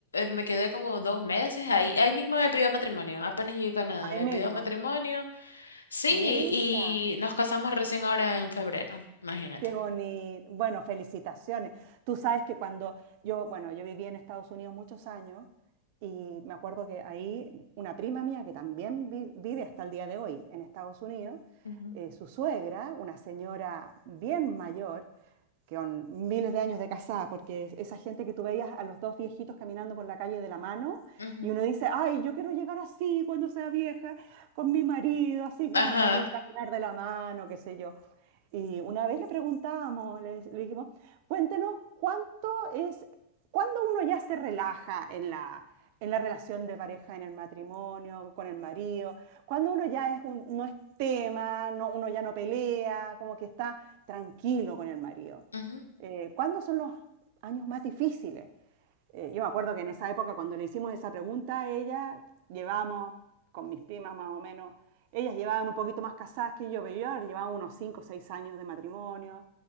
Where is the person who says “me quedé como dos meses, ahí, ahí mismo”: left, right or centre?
Left